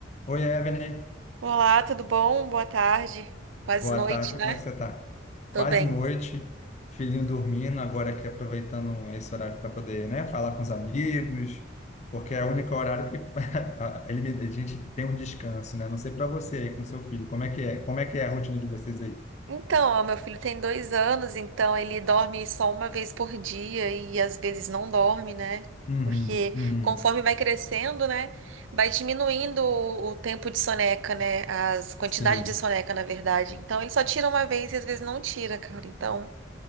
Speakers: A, on the left (about 35°); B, on the right (about 75°).
A: Oi, Evelyn.
B: Olá, tudo bom? Boa tarde. Quase
A: Boa
B: noite,
A: tarde,
B: né?
A: como é que você tá? Quase
B: Tô bem.
A: noite, filhinho dormindo, agora aqui aproveitando esse horário para poder, né, falar com os amigos, porque é o único horário que <laughs> a ele me- a gente tem um descanso, né? Não sei para você aí com seu filho, como é que é? Como é que é a rotina de vocês aí?
B: Então, ó, meu filho tem dois anos, então ele dorme só uma vez por dia e às vezes não dorme, né?
A: Uhum,
B: Porque
A: uhum,
B: conforme vai crescendo, né, vai diminuindo o o tempo de soneca, né? As quantidades
A: sim.
B: de soneca, na verdade. Então, ele só tira uma vez e às vezes não tira, cara. Então,